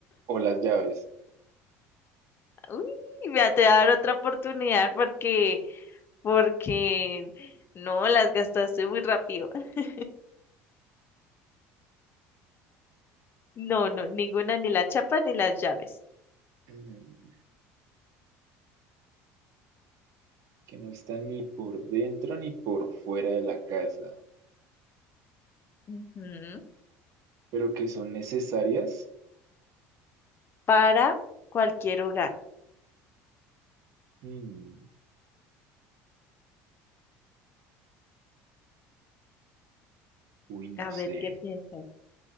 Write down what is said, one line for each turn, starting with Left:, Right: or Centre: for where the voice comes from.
Right: O las llaves.
Left: Uy, voy a te dar otra oportunidad porque, porque no las gastaste muy rápido. <laughs> No, no, ninguna, ni la chapa ni las llaves.
Right: Mm, Que no están ni por dentro ni por fuera de la casa,
Left: Ujú.
Right: pero que son necesarias.
Left: Para cualquier hogar.
Right: Mm, Uy, no
Left: A
Right: sé.
Left: ver, ¿qué piensas?